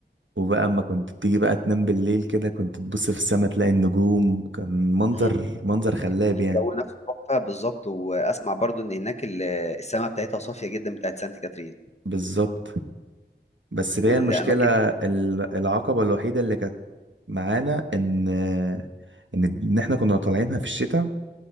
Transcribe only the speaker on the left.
امم
الجو
نفسه تحفه بالظبط واسمع برضو ان هناك ال- السماء بتاعتها صافيه جدا بتاعت سانت كاترين
والاماكن